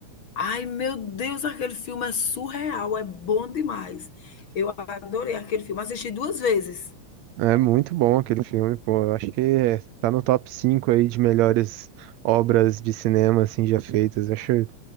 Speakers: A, on the left (about 50°); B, on the right (about 75°).
A: Ai, meu Deus, aquele filme é surreal, é bom demais. Eu adorei aquele filme, assisti 2 vezes.
B: É muito bom aquele filme, pô. Eu acho que é- tá no top 5 aí de melhores obras de cinema, assim, já feitas. Eu acho